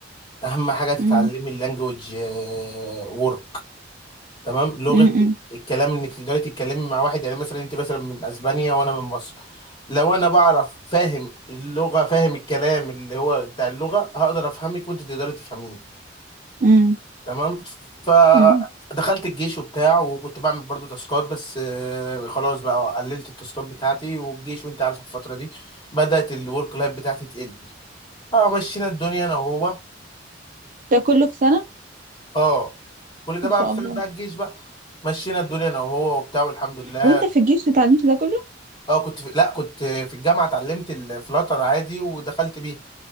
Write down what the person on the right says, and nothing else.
امم
امم
امم
امم
ده كله في سنة
ما
شاء
الله
وانت في الجيش اتعلمت ده كله